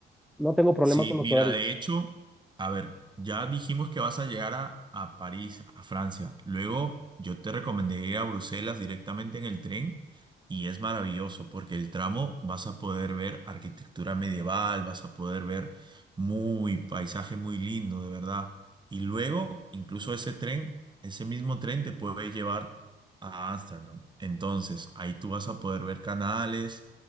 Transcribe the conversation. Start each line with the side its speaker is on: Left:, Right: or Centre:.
Centre: no tengo problema
Right: Sí,
Centre: con los
Right: mira,
Centre: horarios.
Right: de hecho, a ver, ya dijimos que vas a llegar a, a París, a Francia. Luego yo te recomendé ir a Bruselas directamente en el tren y es maravilloso porque el tramo vas a poder ver arquitectura medieval, vas a poder ver muy paisaje muy lindo, de verdad. Y luego, incluso ese tren, ese mismo tren te puede llevar a Ámsterdam. Entonces, ahí tú vas a poder ver canales,